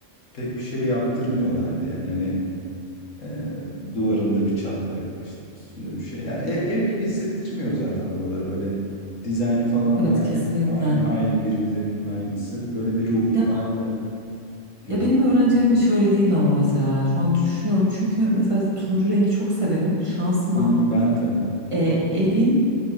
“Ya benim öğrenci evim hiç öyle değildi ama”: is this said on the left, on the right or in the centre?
Right